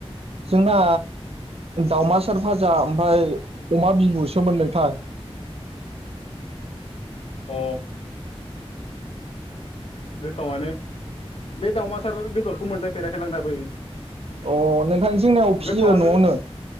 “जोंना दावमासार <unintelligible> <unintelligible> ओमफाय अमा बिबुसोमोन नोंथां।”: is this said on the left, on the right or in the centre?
Right